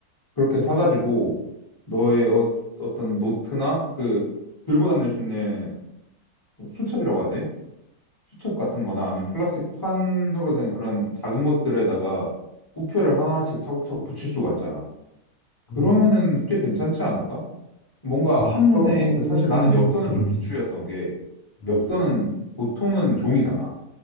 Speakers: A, on the left; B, on the left.
A: 그렇게
B: 그치.
A: 사가지고 너의 어, 어떤 노트나 그 들고 다닐 수 있는 수첩이라고 하지? 수첩 같은 거나 아니면 플라스틱 판으로 된 그런 작은 것들에다가 우표를 하나씩 차곡차곡 붙일 수가 있잖아. 그러면은
B: 음,
A: 꽤 괜찮지 않을까? 뭔가
B: 목표를
A: 한눈에, 그 사실 나는 엽서는
B: 음,
A: 좀 비추였던 게,
B: 음,
A: 엽서는 보통은 종이잖아.